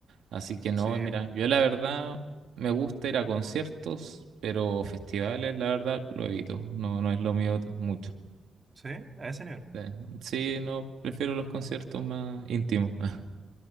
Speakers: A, on the right (about 85°); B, on the right (about 30°).
A: Así que no,
B: sí,
A: mira,
B: pu-
A: yo la verdad me gusta ir a conciertos, pero festivales, la verdad, lo evito. No, no es lo mío t- mucho.
B: sí, a ese nivel.
A: Eh, Sí, no, prefiero los conciertos más íntimos. <laughs>